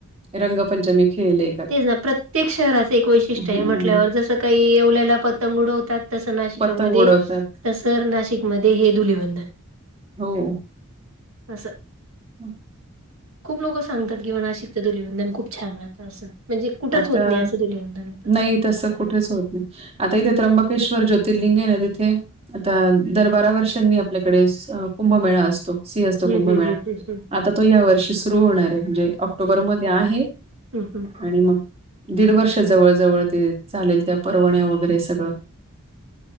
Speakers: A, on the right; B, on the right.
A: रंगपंचमी खेल खेळली ये.
B: तेच ना प्रत्येक शहराचं एक वैशिष्ट्य
A: ह
B: आहे म्हटल्यावर जसं काही एवल्याला पतंग उडवतात तस नाशिकामध्ये
A: पतंग उडवतात
B: तसं नाशिकमध्ये हे धुलवंदन.
A: हो.
B: असं.
A: हम्म.
B: खूप लोक सांगतात की म्हणा नाशिकच धुलीवंदन खूप छान राहतं असं. म्हणजे कुठंच
A: आता
B: होत नाही असं धुलिवंधन होतं.
A: नाही तसं कुठेच होत नाही आता इथे त्र्यंबकेश्वर ज्योतिर्लिंग आहे ना तिथे आता दर बारा वर्षांनी आपल्याकडे स कुंभमेळा असतो. सिंहस्त
B: हं,
A: कुंभमेळा
B: हं, हं, हं, हं.
A: आता तो या वर्षी सुरू होणार आहे म्हणजे ऑक्टोबर मध्ये आहे.
B: हम्म हम्म.
A: आणि मग दीड वर्ष जवळ जवळ ते चालेल त्या परवण्या वगैरे सगळं.